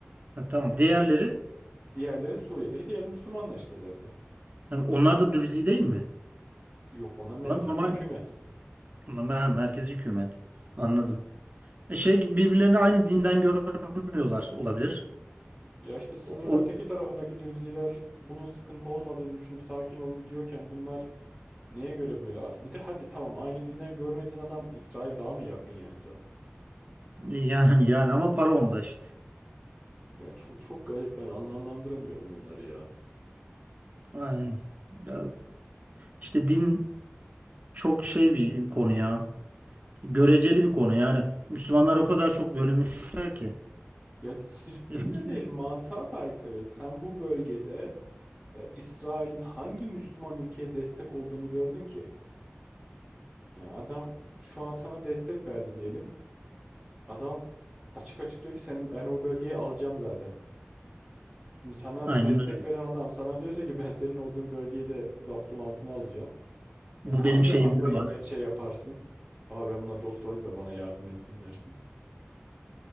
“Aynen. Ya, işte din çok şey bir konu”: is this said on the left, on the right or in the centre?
Right